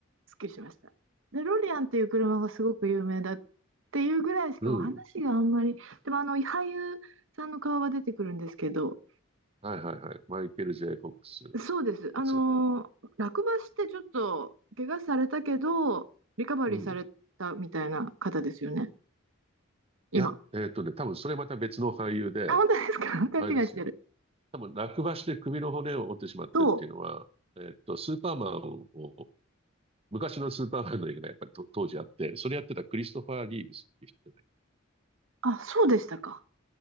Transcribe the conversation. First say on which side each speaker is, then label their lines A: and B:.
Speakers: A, on the right; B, on the right.
A: すっきりしました。で、ロリアンっていう車がすごく有名だっていうぐらいしかも話があんまり、
B: うん。
A: でもあの、俳優さんの顔は出てくるんですけど、
B: はいはいはい。マイケル・ジェイ・フォックスで
A: そうです。あのー、
B: すよね。
A: 落馬してちょっと怪我されたけど、リカバリーされたみたいな方ですよね、
B: うん。い
A: 今。
B: や、えーっとね、多分それまた別の俳優で、
A: あ、本当ですか <laughs>
B: あれですよ。
A: 勘違いしてる。
B: 多分落馬して首の骨を折ってしまってっていうのは、
A: と
B: えーっと、スーパーマンを、昔のスーパーマンの映画がねやっぱりと当時あって、それやってたクリストファー・リーブスっていう人で、
A: あ、そうでしたか。